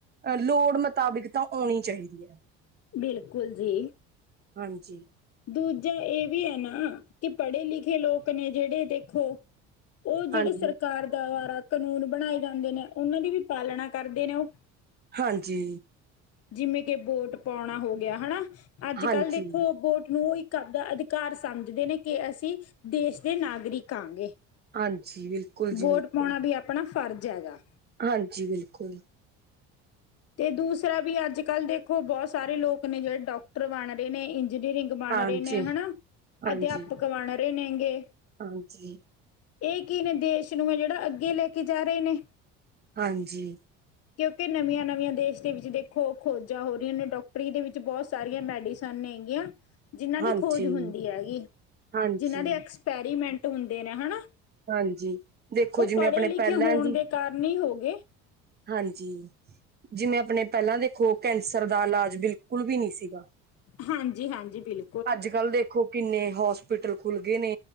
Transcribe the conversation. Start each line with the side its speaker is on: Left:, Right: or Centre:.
Right: ਅ ਲੋੜ ਮੁਤਾਬਿਕ ਤਾਂ ਆਉਣੀ ਚਾਹੀਦੀ ਹੈ।
Left: ਬਿਲਕੁਲ ਜੀ।
Right: ਹਾਂਜੀ।
Left: ਦੂਜਾ ਇਹ ਵੀ ਹੈ ਨਾ ਕਿ ਪੜ੍ਹੇ ਲਿਖੇ ਲੋਕ ਨੇ ਜਿਹੜੇ ਦੇਖੋ ਉਹ ਜਿਹੜੇ
Right: ਹਾਂਜੀ,
Left: ਸਰਕਾਰ ਦੁਆਰਾ ਕਾਨੂੰਨ ਬਣਾਏ ਜਾਂਦੇ ਨੇ ਉਹਨਾਂ ਦੀ ਵੀ ਪਾਲਣਾ ਕਰਦੇ ਨੇ ਉਹ
Right: ਹਾਂਜੀ।
Left: ਜਿਵੇਂ ਕਿ ਬੋਟ ਪਾਉਣਾ ਹੋ ਗਿਆ ਹਨਾ ਅੱਜ
Right: ਹਾਂਜੀ,
Left: ਕੱਲ੍ਹ ਦੇਖੋ ਬੋਟ ਨੂੰ ਇੱਕ ਕ ਦਾ ਅਧਿਕਾਰ ਸਮਝਦੇ ਨੇ ਕਿ ਅਸੀਂ ਦੇਸ਼ ਦੇ ਨਾਗਰਿਕ ਆਾਂਗੇ
Right: ਹਾਂਜੀ, ਬਿਲਕੁਲ ਜੀ
Left: ਵੋਟ
Right: ਬਿਲਕੁਲ।
Left: ਪਾਉਣਾ ਵੀ ਆਪਣਾ ਫਰਜ਼ ਹੈਗਾ।
Right: ਹਾਂਜੀ ਬਿਲਕੁਲ।
Left: ਤੇ ਦੂਸਰਾ ਵੀ ਅੱਜ ਕੱਲ ਦੇਖੋ ਬਹੁਤ ਸਾਰੇ ਲੋਕ ਨੇ ਜਿਹੜੇ ਡਾਕਟਰ ਬਣ ਰਹੇ ਨੇ ਇੰਜੀਨੀਅਰਿੰਗ ਬਣ
Right: ਹਾਂਜੀ,
Left: ਰਹੇ ਨੇ ਹਨਾ,
Right: ਹਾਂਜੀ,
Left: ਅਧਿਆਪਕ ਬਣ ਰਹੇ ਨੇ ਗੇ।
Right: ਹਾਂਜੀ।
Left: ਇਹ ਕੀ ਨੇ ਦੇਸ਼ ਨੇ ਜਿਹੜਾ ਅੱਗੇ ਲੈ ਕੇ ਜਾ ਰਹੇ ਨੇ।
Right: ਹਾਂਜੀ।
Left: ਕਿਉਂਕਿ ਨਵੀਆਂ ਨਵਂ ਨੀਆ ਦੇਸ਼ ਦੇ ਵਿੱਚ ਦੇਖੋ ਖੋਜਾਂ ਹੋ ਰਹੀਆਂ ਨੇ, ਡਾਕਟਰੀ ਦੇ ਵਿੱਚ ਬਹੁਤ ਸਾਰੀਆਂ ਮੈਡੀਸਨ ਨੇ ਹੈਗੀਆਂ। ਜਿੰਨਾਂ ਦੀ
Right: ਹਾਂਜੀ,
Left: ਖੋਜ ਹੁੰਦੀ ਹੈਗੀ,
Right: ਹਾਂਜੀ,
Left: ਜਿੰਨਾਂ ਦੇ ਐਕਸਪੈਰੀਮੈਂਟ ਹੁੰਦੇ ਨੇ ਹਨਾ?
Right: ਹਾਂਜੀ, ਦੇਖੋ
Left: ਉਹ
Right: ਜਿਵੇਂ
Left: ਪੜ੍ਹੇ
Right: ਆਪਣੇ
Left: ਲਿਖੇ
Right: ਪਹਿਲਾਂ
Left: ਹੋਣ
Right: ਦੀ
Left: ਦੇ ਕਾਰਨ ਈ ਹੋ ਗਏ।
Right: ਹਾਂਜੀ, ਜਿਵੇਂ ਆਪਣੇ ਪਹਿਲਾਂ ਦੇਖੋ ਕੈਂਸਰ ਦਾ ਇਲਾਜ ਬਿਲਕੁਲ ਵੀ ਨੀ ਸੀਗਾ।
Left: ਹਾਂਜੀ ਹਾਂਜੀ ਬਿਲ
Right: ਅੱਜ ਕੱਲ੍ਹ ਦੇਖੋ ਕਿੰਨੇ ਹੋਸਪਿਟਲ ਖੁੱਲ੍ਹ ਗਏ ਨੇ।